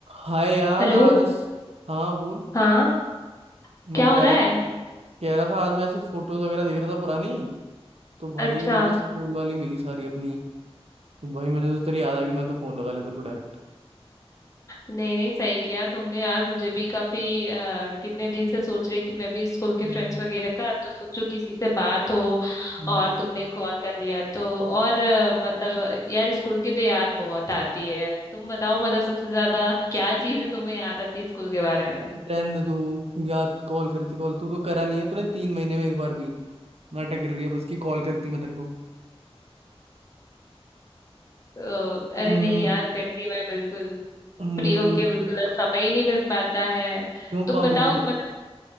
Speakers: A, on the right; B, on the left.
A: हाय यार
B: हेलो
A: मैं आज इस... हाँ बोल
B: हाँ
A: मैं
B: क्या
A: कह
B: हो रहा
A: रहा
B: है
A: कह रहा था आज मैं ऐसे फोटोज वगैरह देख रहा था पुरानी तो भाई
B: अच्छा
A: मेरे को स्कूल वाली मिली सारी अपनी तो भाई मुझे तो तेरी याद आ गई मैं तो फोन लगा लिया तेरे को डायरेक्ट
B: नहीं नहीं सही किया तुमने यार मुझे भी काफी अ, कितने दिन से सोच रही थी मैं भी स्कूल के
A: हम्म
B: फ्रेंड्स वगैरह का तो सोचो किसी से बात हो
A: हम्म।
B: और तुमने कॉल कर लिया तो और अ, मतलब यार स्कूल की तो याद बहुत आती है तुम बताओ मतलब सबसे ज्यादा क्या चीज़ तुम्हें याद आती है स्कूल के बारे में
A: तो रहने दे तू याद कॉल करती कॉल तू तो करा नहीं है तूने तीन महीने में एक बार भी नाटक कर रही है बस की कॉल करती मैं तेरे को
B: तो अरे
A: हम्म
B: नहीं यार करती मैं बिल्कुल
A: हम्म,
B: फ्री होके बिल्कुल अब समय ही नहीं मिल पाता है
A: क्यों
B: तुम
A: कहाँ
B: बताओ
A: बिजी रहती
B: मतलब